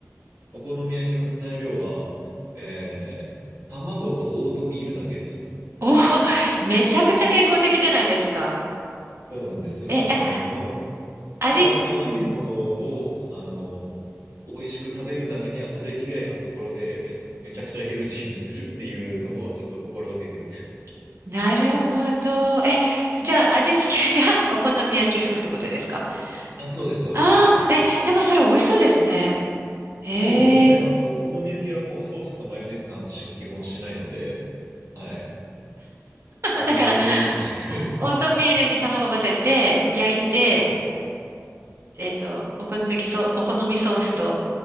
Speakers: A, on the right (about 75°); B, on the right (about 55°).
A: お好み焼きの材料は、えー卵とオートミールだけです。
B: <laughs> おー、めちゃくちゃ健康的じゃないですか。
A: そうなんですよ。
B: え、あ
A: あの、もう、
B: 味、
A: 体に悪いものを、
B: うん、
A: あの、美味しく食べるためには、それ以外のところで、めちゃくちゃヘルシーにするっていうのを、ちょっと心がけてるんです。
B: なるほど。え、じゃあ、味付けが <laughs> お好み焼き風ってことですか
A: あ、そうです、そうです。
B: ああー、
A: はい。
B: え、でもそれ美味しそうですね。へえ。
A: もう全然、あの、お好み焼きはもうソースとマヨネーズなんてしか基本しないので、はい。な、なんでもいいっていう。
B: <laughs> だからオートミールに卵混ぜて、焼いて、
A: <laughs> はい。
B: えっと、お好み焼きソ、お好みソースと